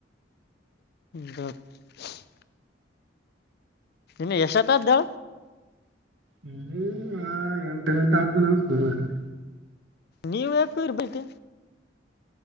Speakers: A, on the left (about 60°); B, on the right (about 75°).
A: ದತ್ತು. <unintelligible> ನೀ ಎಷ್ಟು ಹೊತ್ತು ಅದು.
B: ಹ್ಮ್ ಆ ಎಂಟು ಗಂಟು ಅದೇನೋ.
A: ನೀವು <unintelligible> ಇರ್ಬಟ್ಟ.